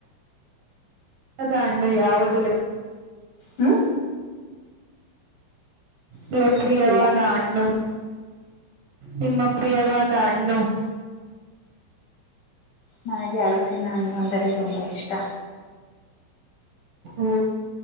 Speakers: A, on the right; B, on the left.
A: ಅದ ಅಣ್ಣ ಯಾವುದು
B: ಹ್ಮ
A: ನಿಮ್ಮ
B: ಕೇಳಿಸುತ್ತಿಲ್ಲ
A: ಪ್ರಿಯವಾದ ಹಣ್ಣು ನಿಮ್ಮ ಪ್ರಿಯವಾದ ಹಣ್ಣು.
B: ನನಗೆ ಅಳಸಿನ ಹಣ್ಣು ಅಂದರೆ ತುಂಬಾ ಇಷ್ಟ.
A: ಓ